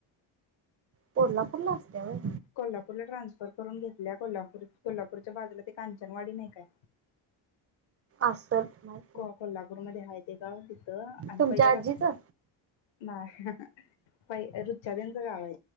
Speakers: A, on the right (about 30°); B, on the left (about 60°).
A: कोल्हापूरला असत्या व्हय?
B: कोल्हापूरला ट्रान्सफर करून घेतल्या कोल्हापूर कोल्हापूरच्या बाजूला ते कांचनवाडी नाही काय
A: असल न्हाय.
B: को कोल्हापूरमध्ये हाय ते गाव तिथं आम्ही
A: तुमच्या
B: पहिला
A: आजीचं?
B: राहत न्हाय ह ह पहि रुचादचं गाव हाय.